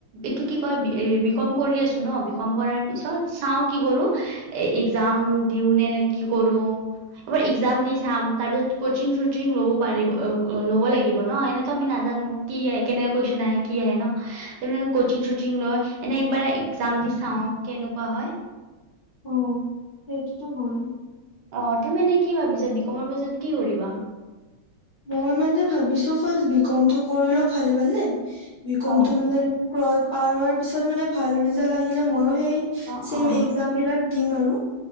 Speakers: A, on the right (about 65°); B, on the left (about 60°).
A: এইটো কি কয় বি কম কৰি আছো ন, বি কম কৰাৰ পিছত চাওঁ কি কৰো এ এক্জাম দিওঁ নে- নে কি কৰো এবাৰ এক্সাম দি চাম তাৰপিছত কচিং চচিং ল'ব পাৰিব অ অ ল'ব লাগিব ন, এনেতো আমি নাজানো কি কেনেকে কুৱেশচন আহে কি আহে ন, তেনেকে কচিং চচিং লয় এনে একবাৰে এক্জাম দি চাওঁ কেনেকুৱা হয়।
B: অঁ সেইটোতো হয়।
A: অঁ তুমি এনে কি ভাবিছা বিকমৰ পিছত কি কৰিবা।
B: মই মানে ভাবিছো ফাৰ্ষ্ট বি কমটো কৰি লও ভালে- ভালে বিকমটো
A: অ
B: মানে <unintelligible> পাৰ হোৱাৰ পিছত মানে ভাল ৰিজাল্ট আহিলে ময়ো সেই
A: অ
B: ছেম
A: অ
B: এক্সাম বিলাক দিম আৰু।